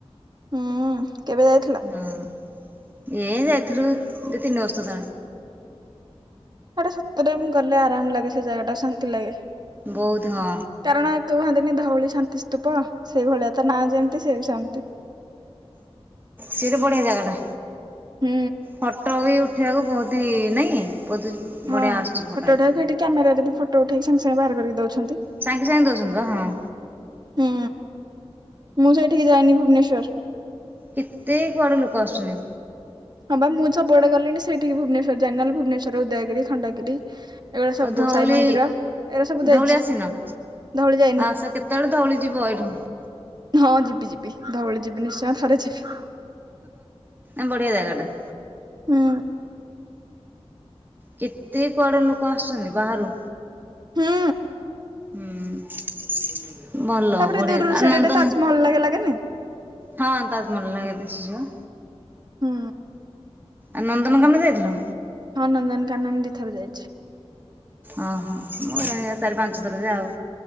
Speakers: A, on the right (about 40°); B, on the right (about 20°).
A: ହୁଁ କେବେ ଯାଇ
B: ହଁ ଏ ଯାଇଥିଲୁ ଦି ତିନି ବର୍ଷ ତଳେ।
A: ହେଟା ସତରେ ମୁଁ ଗଲେ ଆରାମ ଲାଗେ ସେ ଜାଗା ଟା ଶାନ୍ତି ଲାଗେ।
B: ବହୁତ୍ ହଁ।
A: କାରଣ ଏଇ କୁହନ୍ତିନି ଧଉଳି ଶାନ୍ତି ସ୍ତୂପ ସେଇଭଳିଆ ଟା ନାଁ ଯେମିତି ସିଏ ବି ସେମିତି।
B: ସେଟା ବଢିଆ ଜାଗାଟା।
A: ହୁଁ।
B: ଫଟୋ ବି ଉଠେଇବାକୁ ବହୁତି ଇଏ ନାଇଁ।
A: ହଁ
B: ବଢ଼ିଆ
A: ଫଟୋ
B: ଆସୁଛି ଏଠି।
A: ଉଠେଆକୁ ହେଠି କ୍ୟାମେରାରେ ବି ଫଟୋ ଉଠେଇକି ସାଙ୍ଗେ ସାଙ୍ଗେ ବାହାର କରିକି ଦଉଛନ୍ତି।
B: ସାଙ୍ଗେ ସାଙ୍ଗେ ଦଉଛନ୍ତି ବା ହଁ।
A: ହୁଁ ମୁଁ ସେଇଠିକି ଯାଇନି ଭୁବନେଶ୍ଵର
B: କେତେ କୁଆଡୁ ଲୋକ ଆସୁଛନ୍ତି।
A: ହଁ ବା ମୁଁ ସବୁଆଡେ ଗଲିଣି ସେଇଠିକି ଭୁବନେଶ୍ୱର ଯାଇନି। ନହେଲେ ଭୁବନେଶ୍ୱରର ଉଦୟଗିରି, ଖଣ୍ଡଗିରି ଏଗୁଡା ସବୁ
B: ଆ ଧଉଳି,
A: ସାଇ ମନ୍ଦିର ଏଗୁଡା ସବୁ ଯାଇଛି
B: ଧଉଳି ଆସି ନ।
A: ଧଉଳି ଯାଇନି
B: ଆସ କେତେବେଳେ ଧଉଳି ଯିବ ଏଇଠୁ।
A: ହଁ ଯିବି ଯିବି ଧଉଳି ଯିବି ନିଶ୍ଚୟ ଥରେ ଯିବି।
B: ଆବଢିଆ ଜାଗା ଟା।
A: ହୁଁ।
B: କେତେ କୁଆଡୁ ଲୋକ ଆସୁଛନ୍ତି ବାହାରୁ।
A: ହୁଁ।
B: ହୁଁ ଭଲ
A: ତାପରେ
B: ବଢିଆ।
A: ଦୂରରୁ ସେଇଟା
B: ଆ ନନ୍ଦନ୍
A: ଟିକେ ତାଜମହଲ ଲାଗେ ଲାଗେନି
B: ହଁ ତାଜମହଲ୍ ଲାଗେ ଦିଶୁଚିବା।
A: ହୁଁ।
B: ଆ ନନ୍ଦନକାନ ଯାଇଥିଲ?
A: ହଁ ନନ୍ଦନକାନନ୍ ଦିଥର ଯାଇଛି।
B: ଓହୋ ମୁଁ ଗଲିଣି ଚାରି ପାଞ୍ଚ ଥର ଯେ ଆଉ